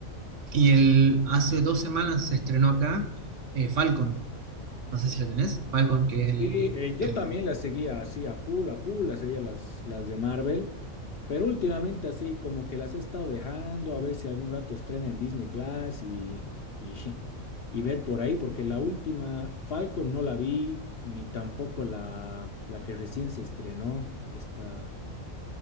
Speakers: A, on the right; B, on the left.
A: Y el, hace dos semanas se estrenó acá eh, Falcon, no sé si lo tenés, Falcon, que es el,
B: Sí, eh, yo
A: el
B: también las seguía así a full, a full, las seguía las, las de Marvel, pero últimamente así como que las he estado dejando, a ver si algún rato estrena en Disney Plus y, y, y ver por ahí, porque la última Falcon no la vi, ni tampoco la, la que recién se estrenó, esta,